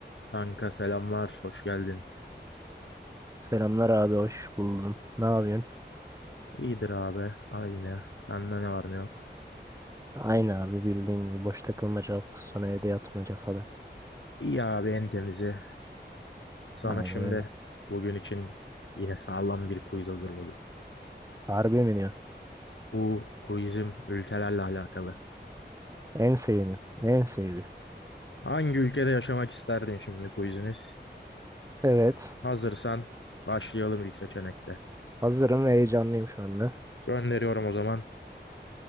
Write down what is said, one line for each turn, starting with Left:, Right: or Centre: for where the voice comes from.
Left: Kanka selamlar, hoş geldin.
Right: Selamlar abi hoş buldum. Ne yapıyorsun?
Left: İyidir abi, aynı. Sende ne var ne yok?
Right: Aynı abi bildiğin gibi boş takılmaca hafta sonu evde yatmaca falan.
Left: İyi abi en temizi. Sana
Right: Aynen
Left: şimdi
Right: öyle.
Left: bugün için yine sağlam bir quiz hazırladım.
Right: Harbi mi diyorsun?
Left: Bu quizim ülkelerle alakalı.
Right: En sevdiğim. En sevdiğim.
Left: Hangi ülkede yaşamak isterdin şimdi quizimiz?
Right: Evet.
Left: Hazırsan başlayalım ilk seçenekte.
Right: Hazırım ve heyecanlıyım şu anda.
Left: Gönderiyorum o zaman.